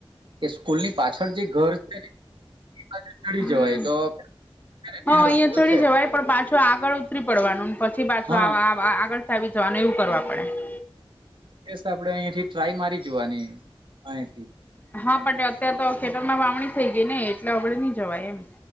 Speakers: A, on the right (about 55°); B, on the left (about 15°).
A: કે સ્કૂલની પાછળ જે ઘર છે ને એ બાજુ ચડી
B: હમ
A: જવાય તો છે ને ત્યાં
B: હ અહિયાં
A: રસ્તો
B: ચડી
A: છે
B: જવાય પણ પાછું આગળ ઉતરી પડવાનું પછી પાછું
A: હા
B: આ આગળ આવી જવાનું એવું કરવા પડે
A: કેસ આપડે અહીયાંથી ટ્રાય મારી જોવાની અહીથી
B: હા પણ અત્યારે તો ખેતર માં વાવણી થઈ ગઈ ને એટલે આપડે નહી જવાય એમ.